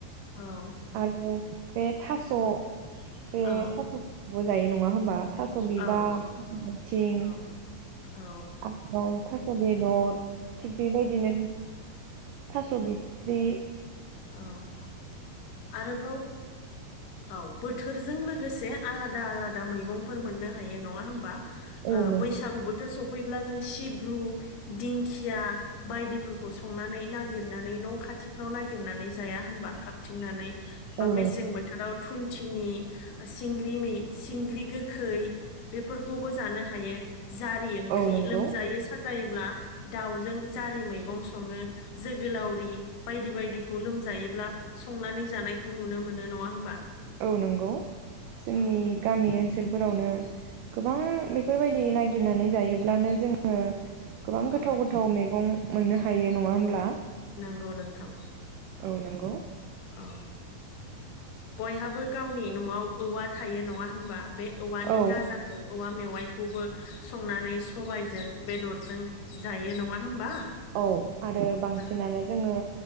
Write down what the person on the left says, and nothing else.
औ।
औ
औ
औ औ
औ आरोबाव औ बोथोरजों लो गोसे आलादा आलादा मैगंफोर मोननो हायो नङा होनबा?
बैसागु बोथोर सफैब्ला जों सिब्रु दिंखिया बायदिफोरखौ संनानै ना गिरनानै न' खाथिफ्राव नागिरनानै जाया होनबा खाथिंनानै बा
मेसें
बोथोराव थुन्थिनि सिंग्रि सिंग्रि गोखै बेफोरखौबो जानो हायो। जारि ओंख्रि
लोमजायो साजायोब्ला दाउजों जारि मैगं सङो। जोगोलावरि बायदि बायदिखौ लोमजायोब्ला संनानै जानायखौ नुनो मोनो नङा होमबा?
औ
औ
नंगौ नोंथां।
औ बयहाबो गावनि न'आव औवा थायो नङा होनबा? बे औवानि
गाजाखौ औवा मेवाइखौबो संनानै सबायजों बेदरजों जायो नङा होमबा?
औ